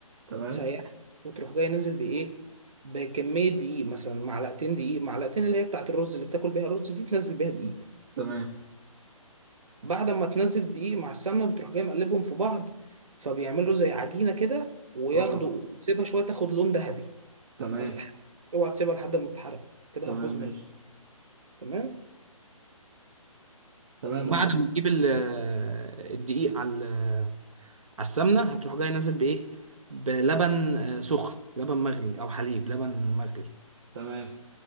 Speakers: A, on the right; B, on the right.
A: تمام
B: وتسيحها وتروح جاي نازل بايه بكميه دقيق مثلا معلقتين دقيق معلقتين اللي هي بتاعت الرز اللي بتاكل بيها الرز دي تنزل بيها دقيق
A: تمام
B: بعد ما تنزل دقيق مع السمنه بتروح جاي مقلبهم في بعض فبيعملوا زي عجينه كده وياخدوا
A: اه
B: تسيبها شويه تاخد لون ذهبي
A: تمام
B: ما تتحرق اوعى تسيبها لحد ما تتحرق كده
A: تمام
B: هتبوظ
A: ماشي
B: منك تمام
A: تمام
B: بعد
A: اه
B: ما تجيب ال- الدقيق على ال- على السمنه هتروح جاي نازل بايه بلبن آه، سخن لبن مغلي او حليب لبن مغلي
A: تمام